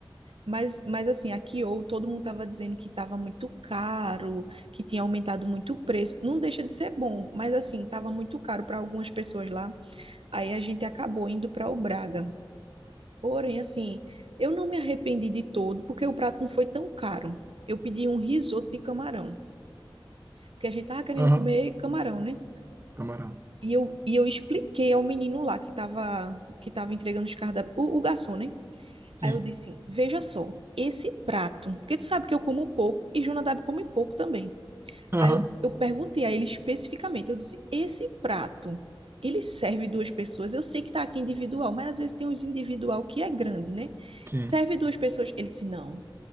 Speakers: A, on the right; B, on the right.
A: Mas, mas assim, a Kyo, todo mundo tava dizendo que tava muito caro, que tinha aumentado muito o preço. Não deixa de ser bom, mas assim, tava muito caro para algumas pessoas lá. Aí a gente acabou indo para o Braga. Porém, assim, eu não me arrependi de todo, porque o prato não foi tão caro. Eu pedi um risoto de camarão, porque a gente tava querendo
B: Aham,
A: comer camarão, né?
B: camarão.
A: E eu, e eu expliquei ao menino lá que tava, que tava entregando os cardápios, o, o garçom, né?
B: Sim.
A: Aí eu disse, veja só, esse prato, porque tu sabe que eu como pouco e Jonadab come pouco também.
B: Aham,
A: Aí eu, eu perguntei a ele especificamente, eu disse, esse prato, ele serve duas pessoas? Eu sei que tá aqui individual, mas às vezes tem uns individual que é grande, né?
B: sim.
A: Serve duas pessoas? Ele disse, não,